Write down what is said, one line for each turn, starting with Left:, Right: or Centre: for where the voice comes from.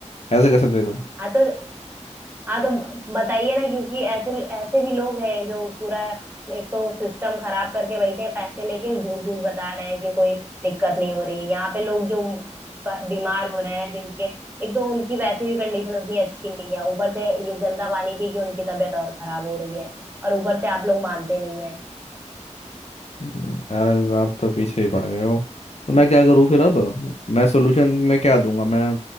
Left: ऐसे कैसे दे दूं
Right: हाँ तो हाँ तो बताइए ना क्योंकि ऐसे ऐसे भी लोग हैं जो पूरा एक तो सिस्टम खराब करके बैठे हैं पैसे लेके झूठ झूठ बता रहे हैं कि कोई दिक्कत नहीं हो रही यहाँ पे लोग जो ब- बीमार हो रहे हैं जिनके एक तो उनकी वैसे भी कंडीशन उतनी अच्छी नहीं है ऊपर से ये गंदा पानी पी के उनकी तबीयत और खराब हो रही है और ऊपर से आप लोग मानते नहीं है
Left: हम्म, यार आप तो पीछे ही पड़ गए हो तो मैं क्या करूं फिर अब मैं सोल्यूशन में क्या दूंगा मैं